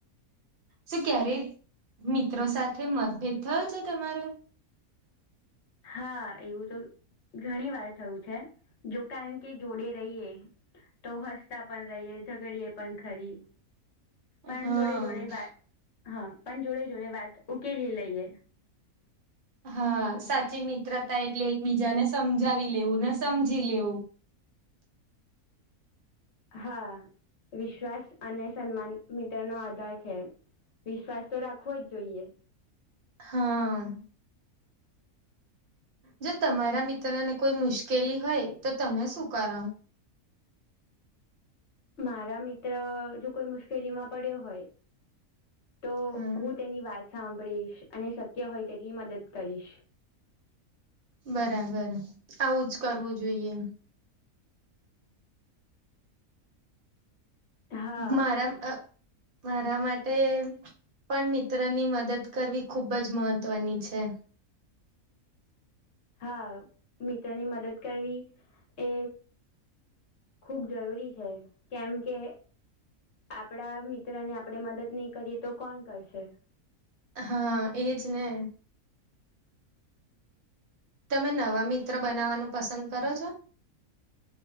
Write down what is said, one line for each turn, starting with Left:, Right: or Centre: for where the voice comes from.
Right: શું ક્યારેક મિત્રો સાથે મતભેદ થયો છે તમારો?
Left: હા એવું તો ઘણી વાર થયું છે. જો કારણ કે જોડે રહીએ તો હસતા પણ રહીએ, ઝગડીએે પણ પણ ખરી પણ
Right: હા
Left: જોડે જોડે વાત હા પણ જોડે જોડે વાત ઉકેલી લઈએ.
Right: હા સાચી મિત્રતા એટલે એકબીજાને સમજાવી લેવું ને, સમજી લેવું.
Left: હા. વિશ્વાસ અને સન્માન મિત્ર નો આધાર છે. વિશ્વાસ તો રાખવો જ જોઈએ.
Right: હા. જો તમારા મિત્ર ને કોઈ મુશ્કેલી હોય તો તમે શું કરો?
Left: મારા મિત્ર જો કોઈ મુશ્કેલી માં પડ્યો હોય તો
Right: હમ
Left: હું તેની વાત સાંભળીશ અને શક્ય હોય તેટલી મદદ કરીશ.
Right: બરાબર આવું જ કરવું જોઈએ.
Left: હા
Right: મારા અહ મારા માટે પણ મિત્રની મદદ કરવી ખુબ જ મહત્વની છે.
Left: હા મિત્રની મદદ કરવી એ ખૂબ જરૂરી છે કેમ કે આપડા મિત્ર ને આપડે મદદ નહી કરીએ તો કોણ કરશે?
Right: હા, એજ ને. તમે નવા મિત્ર બનાવવાનું પસંદ કરો છો?